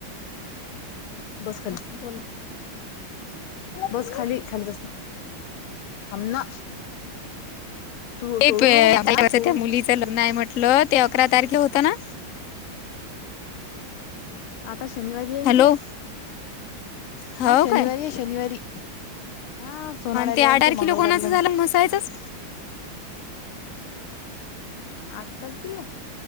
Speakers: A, on the left; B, on the left.
A: बस खाली.
B: हा बोला
A: बस खाली खाली बस ना हम्म ना. तू
B: ते
A: तोडू
B: त्या
A: नको फक्त हा तोडू
B: मुलीचं
A: नको
B: लग्न आहे म्हटलं ते अकरा तारीखला होतं ना?
A: आता शनिवारी हाय
B: हॅलो
A: ना ते
B: हो
A: हा शनिवारी
B: काय
A: आहे शनिवारी हा सोनाड्याला
B: ते आठ
A: येते
B: तारखेला
A: मंगल
B: कोणाचं
A: कारल्या
B: झालं
A: मध्ये.
B: मसायचंच
A: आठ तारखिले